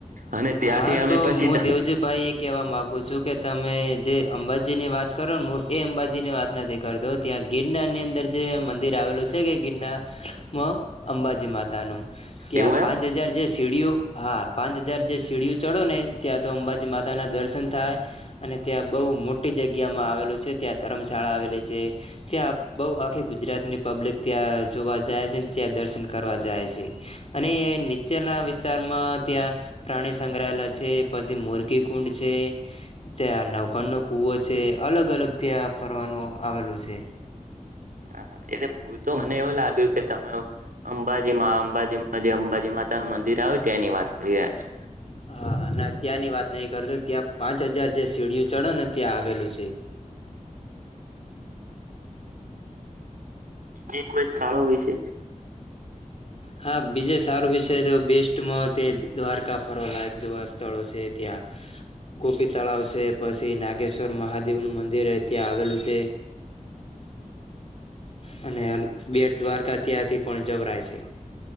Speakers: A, on the right; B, on the left.
A: અને ત્યાંથી
B: હા
A: અમે
B: તો
A: પછી
B: હું દેવજીભાઈ એ કહેવા માગું છું કે તમે જે અંબાજીની વાત કરો નેું એ અંબાજી ની વાત નથી કરતો ત્યાં ગીરનાની અંદર જે મંદિર આવેલું છે કે ગીરના અંબાજી મા નું ત્યાં
A: એવું એમ
B: પાંચ હજાર જે સીડીિયું હા પાંચ હજાર જે છે ચીડિયું ચઢો ને ત્યાં તો અંબાજી માતાના દર્શન થાય અને ત્યાં બહુ મોટી જગ્યા માં આવેલું છે ત્યાં ધર્મશાળા આવેલી છે <inaudible> ત્યાં બહ આખી ગુજરાતની પબ્લિક ત્યાં જોવા જાય છે ત્યાં દર્શન કરવા જાય છે અને નીચેના વિસ્તારમાં ત્યાં પ્રાણી સંગ્રહાલય છે પછી મોરઘી કુંડ છે ત્યાં નવગન નો કુવો છે અલગ અલગ ત્યાં ફરવાનું આવેલું છે.
A: હાા એટલે હું તો મને એવું લાગ્યું કે તમે અંબાજીમાં અંબાજીમાં જે અંબાજી માતા નું મંદિર આવે તે એની વાત કરી રહ્યા છો
B: હા અને ત્યાંની વાત નઈ કરતો ત્યાં પાંચ હજાર જે સીડીિય ચડો ને ત્યાં આવેલું છે
A: બીજે કોઈ સ્થળો હોય છે
B: હા બીજે સારો વિષય તો બેસ્ટમાં તે દ્વારકા ફરવા લાયક જેવા સ્થળો છે ત્યાં ગોપી તળાવ છે પછી ના ્વર મહાદેવ નું મંદિર ત્યાં આવેલું છે <unintelligible> બેટ દ્વારકા ત્યાંથી પણ જબરા છે